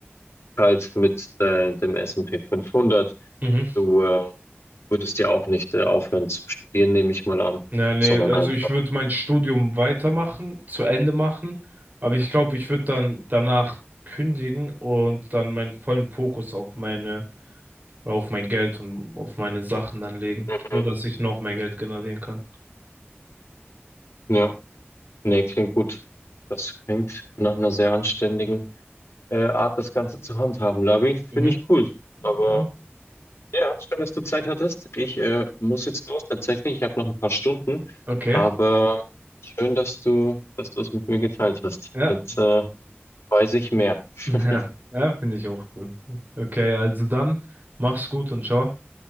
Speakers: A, on the left; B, on the right.
A: halt mit äh, dem S&P 500.
B: Mhm.
A: Du äh, würdest ja auch nicht äh, aufhören zu studieren, nehme ich mal an,
B: Ja, nee,
A: sondern
B: also
A: einfach.
B: ich würde mein Studium weitermachen, zu Ende machen, aber ich glaube, ich würde dann danach kündigen und dann meinen vollen Fokus auf meine, auf mein Geld und auf meine Sachen dann legen,
A: Mhm.
B: so dass ich noch mehr Geld generieren kann.
A: Ja, nee, klingt gut. Das klingt nach einer sehr anständigen äh, Art, das Ganze zu handhaben, Labi. Finde
B: Mhm.
A: ich cool. Aber
B: Ja.
A: ja, schön, dass du Zeit hattest. Ich äh, muss jetzt los tatsächlich. Ich habe noch ein paar Stunden.
B: Okay.
A: Aber schön, dass du, dass du es mit mir geteilt hast.
B: Ja.
A: Jetzt äh, weiß ich mehr.
B: <laughs>
A: <laughs>
B: Ja. Ja, finde ich auch cool. Okay, also dann mach's gut und ciao.